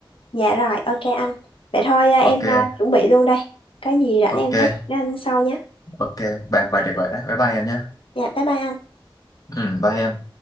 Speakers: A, on the left; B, on the left.
A: Dạ rồi, ok anh. Vậy thôi à,
B: Ok,
A: em à, chuẩn bị luôn đây. Có gì rảnh
B: ok,
A: em nói chuyện với anh sau nhé.
B: ok. Bàn vậy được rồi đấy. Bye bye em nhá.
A: Dạ, bye bye anh.
B: Ừ, bye em.